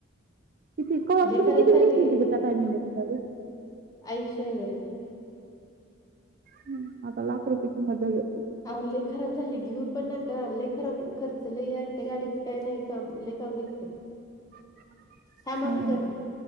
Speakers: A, on the right; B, on the left.
A: किती क वात
B: लय
A: तुमी
B: खराब
A: कितीला
B: झाली
A: घेतलीती त्या टायमिंगला ती गाडी
B: ऐंशी हजारला
A: हम् आता लाख रुपये किंमत झाली असल त्याची
B: आव लई खराब झाले घेऊ पण नका लई खराब खर्च लई आहे आणि ते गाडीचं काय नाही काम लई काम निघ
A: <inaudible>
B: थांबा
A: हम्म,
B: मी करते